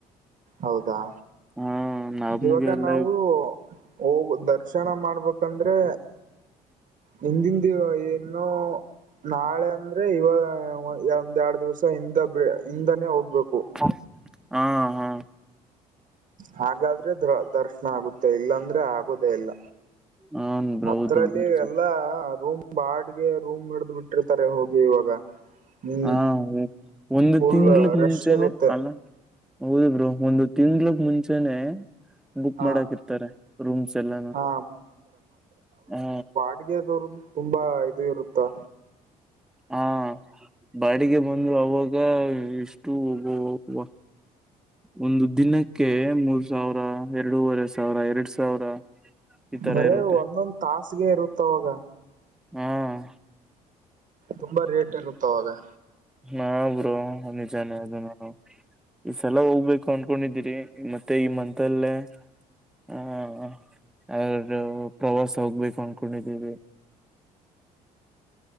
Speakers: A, on the right; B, in the centre.
A: ಹೌದಾ
B: ಹಾ ನಮ್ಗೆಲ್ಲ
A: ಇವಾಗ ನಾವು ಹೋಗ ದರ್ಶನ ಮಾಡ್ಬೇಕಂದ್ರೆ ಹಿಂದಿಂದಿವ ಏನ್ ನೋ ನಾಳೆ ಅಂದ್ರೆ ಇವಾಗ ಎಂದ ಎರಡು ದಿವ್ಸ ಹಿಂದ ಹಿಂದಾನೇ ಹೋಗ್ಬೇಕು
B: ಹ್ಮ ಹ್ಮ
A: ಹಾಗಾದ್ರೆ ದ ದರ್ಶನ ಆಗುತ್ತೆ ಇಲ್ಲಾಂದ್ರೆ ಆಗೋುದೇ ಇಲ್ಲ
B: ಹನ್ ಬ್ರೋ
A: ಅದ್ರಲ್ಲಿ
B: ಹೌದು ನಿಜ
A: ಎಲ್ಲಾ ರೂಮ್ ಬಾಡ್ಗೆ ರೂಮ್ ಹಿಡ್ದ್ ಬಿಟ್ಟಿರ್ತಾರೆ ಹೋಗಿ ಇವಾಗ ಹ್ಮ್
B: ಹಾ ಒಂದು
A: ಫುಲ್
B: ತಿಂಗಳಕ್
A: ರಶ್
B: ಮುಂಚೆನೆ
A: ಇರುತ್ತೆ
B: ಅಲ್ಲ ಹೌದ ಬ್ರರು ಒಂದು ತಿಂಗ್ಳಕ್ ಮುಂಚೆನೆ ಬುಕ್
A: ಹ
B: ಮಾಡಕ ಇರ್ತಾರೆ ರೂಮ್ಸ್ ಎಲ್ಲ
A: ಹಾ
B: ಹಾ
A: ಅಗೆದವರು ತುಂಬಾ ಇದು ಇರುತ್ತಾ
B: ಹಾ ಬಾಡಿಗೆ ಬಂದ್ರು ಅವಾಗ ಎಷ್ಟು ಒಬ್ಬ ಒಂದು ದಿನಕ್ಕೆ ಮೂರ್ ಸಾವಿರ ಎರಡೂವರೆ ಸಾವಿರ ಎರಡ್ ಸಾವಿರ ಈ ತರ
A: ಬರೇ
B: ಇರುತ್ತೆ
A: ಒಂದೊಂದ್ ತಾಸಗೆ ಇರುತ್ತವಾಗ
B: ಹ್ಮ್
A: ತುಂಬಾ ರೇಟ್ ಇರುತ್ತಾವಾಗ
B: ನಾ ಬರುೋ ನಿಜಾನ ಅದು ನಾ ಈ ಸಲ ಹೋಗ್ಬೇಕು ಅನ್ಕೊಂಡಿದೀರಿ ಮತ್ತೆ ಈ ಮಂತಲ್ಲೇ ಹ ಆದ ಪ್ರವಾಸ ಹೋಗ್ಬೇಕು ಅನ್ಕೊಂಡಿದೀವಿ